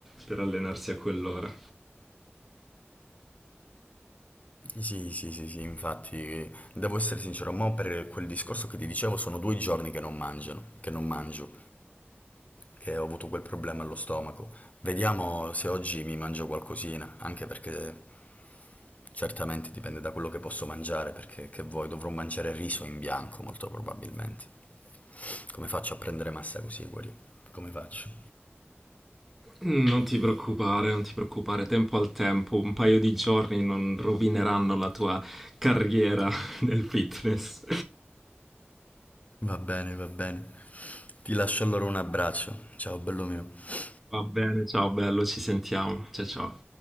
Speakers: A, in the centre; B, on the left.
A: per allenarsi a quell'ora.
B: Sì, sì, sì, sì, infatti, devo essere sincero, ma per quel discorso che ti dicevo sono due giorni che non mangiano, che non mangio, che ho avuto quel problema allo stomaco. Vediamo se oggi mi mangio qualcosina, anche perché certamente dipende da quello che posso mangiare, perché che vuoi, dovrò mangiare riso in bianco molto probabilmente. Come faccio a prendere massa così, Guarì? Come faccio?
A: Mm, Non ti preoccupare, non ti preoccupare, tempo al tempo, un paio di giorni non rovineranno la tua carriera <laughs> nel fitness.
B: Va bene, va bene. Ti lascio allora un abbraccio. Ciao, bello mio.
A: Va bene, ciao bello, ci sentiamo. Ciao ciao.